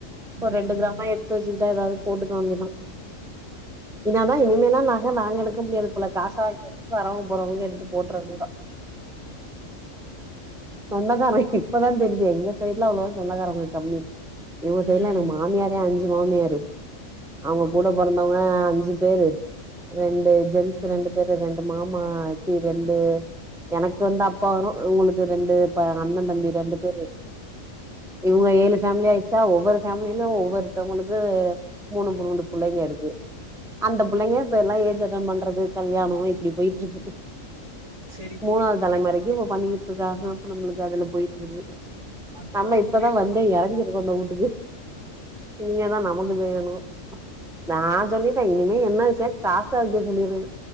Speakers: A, on the right; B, in the centre.
A: ம்
B: ஒரு ரெண்டு கிராம எடுத்து வச்சுக்கிட்டா ஏதாவது போட்டுக்கங்கதான் இனதான்
A: அவ்ளோதா
B: இனிமேலல்லாம் நக நாங்க இருக்க முடியாது போல காசா வா வரவுங்க போறவங்க எடுத்து போட்டுற வேண்டியது தான் சொந்தகாரம் இப்பதான் தெரியுது எங்க சைட்லாம் அவ்ளவுவ சொந்தகாரம் கொஞ்சம் கம்மி இவங்க சைடுல
A: ம்
B: மாமியாரோ அஞ்சு மாமியாரு அவங்க
A: ஓ
B: கூட பிறந்தவங்க அஞ்சு பேரு ரெண்டு ஜென்ஸ்
A: ம்
B: ரெண்டு பேரு ரெண்டு மாமா ஆமா சி ரெண்டு எனக்கு வந்து அப்பா வரும் உங்களுக்கு ரெண்டு அண்ணன் தம்பி ரெண்டு பேரு இவங்க ஏழு பேஃமிலி ஆயிடுச்சா ஒவ்வொரு பேஃமிலும் ஒவ்வொருத்தவங்களுக்கு மூணு மூண்டு பிள்ளைங்க இருக்கு அந்த பிள்ளைங்க இப்ப எல்லாம் ஏஜ் அட்ட பண்றது கல்யாணம் இப்படி போயிட்டு இருக்கு
A: செரி செரி
B: மூணாவது
A: ஓகே
B: தலைமுறைக்கும்
A: ஓகே
B: இ பண்ணிட்டு நம்மளுக்கு அதுல போயட்டுருக்கு
A: ஆ அதுதா
B: நம்ம
A: அதுதா
B: இப்பதான்
A: ஏன்னா
B: வந்து இற சொந்த வீட்டுக்கு இனிமே தான் நம்ம செய்யணும் நான் சொல்லிட்டே இனிமே என்ன காசா வைக்க சொல்லிருங்க